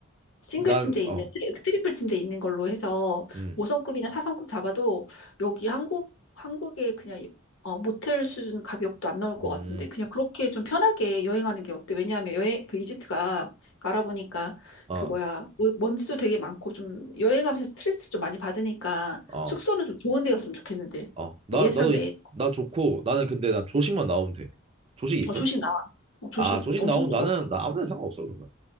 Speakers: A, on the left; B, on the right.
A: 싱글
B: 난
A: 침대 있는
B: 어,
A: 트리- 트리플 침대 있는 걸로 해서
B: 음,
A: 5성급이나 4성급 잡아도 여기 한국 한국에 그냥 어, 모텔 수준 가격도 안 나올 것
B: 음,
A: 같은데 그냥 그렇게 좀 편하게 여행하는 게 어때? 왜냐하면 여행 그 이집트가 알아보니까
B: 어.
A: 그 뭐야 뭐- 먼지도 되게 많고 좀 여행하면서 스트레스를 좀 많이 받으니까
B: 어,
A: 숙소는 좀 좋은 데였으면 좋겠는데
B: 어, 나,
A: 뭐 예산
B: 나도,
A: 내에
B: 이- 나 좋고, 나는 근데 난 조식만 나오면 돼. 조식이 있어?
A: 어, 조식 나와 어, 조식
B: 아, 조식
A: 엄청
B: 나오면
A: 잘
B: 나는,
A: 나와
B: 나 아무 데나 상관없어, 그러면.